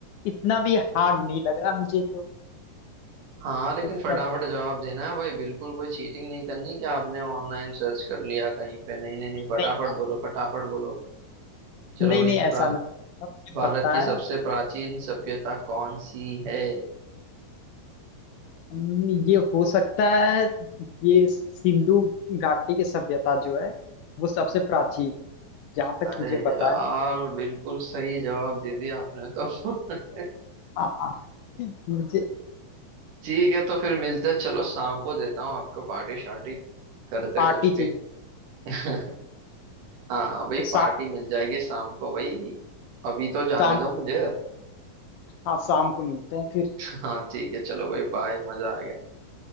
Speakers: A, on the left; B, on the right.
A: इतना भी हार्ड नहीं लग रहा मुझे तो
B: हाँ लेकिन
A: सब
B: फटाफट जवाब देना है भाई बिल्कुल कोई चीटिंग नहीं करनी कि आपने ऑनलाइन सर्च कर लिया कहीं पे नहीं नहीं नहीं फटाफट
A: नहीं
B: बोलो फटाफट बोलो चलो
A: नहीं
B: भाई
A: नहीं
B: प्रा
A: ऐसा मैं मुझे
B: भारत
A: पता
B: की सबसे
A: है
B: प्राचीन सभ्यता कौन सी है
A: हम- ये हो सकता है ये सिंधु घाटी की सभ्यता जो है वो सबसे प्राचीन है जहाँ तक
B: अरे
A: मुझे पता
B: यार
A: है
B: बिल्कुल सही जवाब दे दिया आपने तो <laughs>
A: हाँ हाँ। मुझे
B: ठीक है तो फिर मिलते हैं। चलो शाम को देता हूँ आपको पार्टी शार्टी करते
A: पार्टी
B: हैं कुछ भी
A: चाहिए
B: <laughs> हाँ हाँ भाई
A: तो
B: पार्टी मिल जाएगी शाम को भाई अभी तो जाने
A: सा,
B: दो मुझे
A: हाँ शाम को मिलते हैं फिर
B: <laughs> हाँ ठीक है चलो भाई बाय मजा आ गया